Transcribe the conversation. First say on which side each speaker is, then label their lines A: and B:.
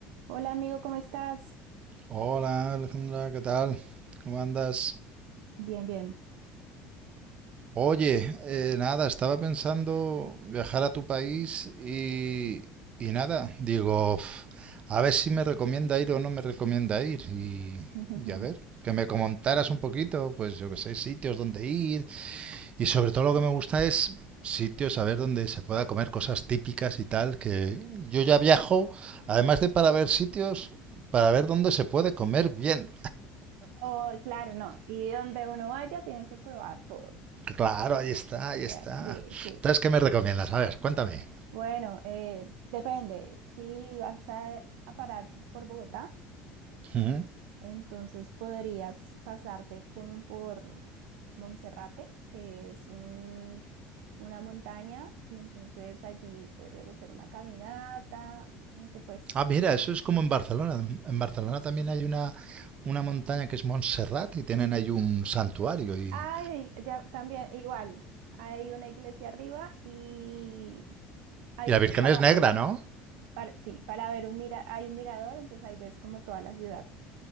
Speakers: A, on the right; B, on the right.
A: Hola amigo, ¿cómo estás?
B: Hola Alejandra, ¿qué tal? ¿Cómo andas?
A: Bien, bien.
B: Oye, eh, nada, estaba pensando viajar a tu país y, y nada, digo, "Uf, a ver si me recomienda ir o no me recomienda ir y,
A: <laughs>
B: y a ver, que me comentaras un poquito, pues yo que sé, sitios donde ir y sobre todo lo que me gusta es sitios, a ver, donde se pueda comer cosas típicas y tal, que yo ya viajo, además de para ver sitios, para ver dónde se puede comer bien.
A: Oh, claro, no. Y donde uno vaya, tienen que probar todo.
B: Claro, ahí está,
A: O
B: ahí
A: sea,
B: está.
A: sí, sí.
B: Entonces, ¿qué me recomiendas? A ver, cuéntame.
A: Bueno, eh, depende. Si vas a, a parar por Bogotá,
B: Ujú.
A: entonces podrías pasarte como por Monserrate, que es un, una montaña, y entonces allí podrías hacer una caminata, aunque pues
B: Ah, mira, eso es como en Barcelona. En Barcelona también hay una, una montaña que es Montserrat y tienen ahí un santuario. Y,
A: Ay, ya también, igual, hay una iglesia arriba y hay
B: y la Virgen
A: para,
B: es negra, ¿no?
A: para- sí, para ver un mira, hay un mirador, entonces ahí ves como toda la ciudad.